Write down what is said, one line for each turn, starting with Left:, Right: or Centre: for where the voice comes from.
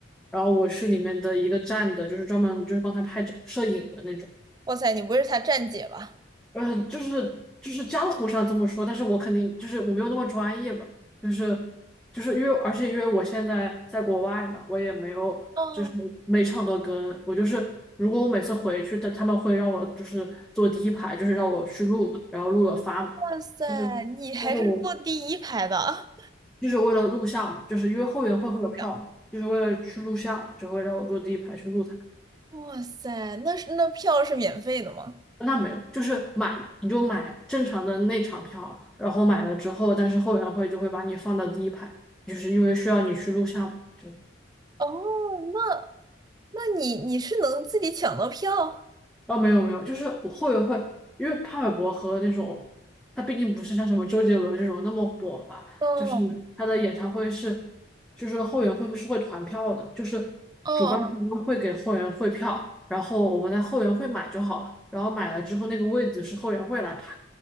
Centre: 然后我是里面的一个站的，就是专门就是帮他拍照摄影的那种。
Right: 哇塞，你不会是他站姐吧？
Centre: 嗯，就是就是江湖上这么说，但是我肯定就是我没有那么专业嘛，就是就是因为而且因为我现在在国外嘛，我也没有就是每场都跟，
Right: 哦，
Centre: 我就是如果我每次回去，他他们会让我就是坐第一排，就是让我去录嘛，然后录了发嘛，
Right: 哇塞，
Centre: 就是
Right: 你还是坐第一排的。
Centre: 但是我就是为了录像嘛，就是因为后援会会有票嘛，
Right: 样
Centre: 就是为了去录像嘛就会让我坐第一排去录它。
Right: 哇塞，那是那票是免费的吗？
Centre: 那没有，就是买嘛，你就买正常的内场票，然后买了之后，但是后援会就会把你放到第一排，就是因为需要你去录像嘛就是
Right: 哦，那那你你是能自己抢到票？
Centre: 哦，没有没有，就是我后援会，因为潘玮柏和那种他毕竟不是像什么周杰伦这种那么火吧，
Right: 哦
Centre: 就是他的演唱会是，就是后援会是会团票的，就是主办方会给后援会票，
Right: 哦
Centre: 然后我们在后援会买就好了，然后买了之后那个位子是后援会来排，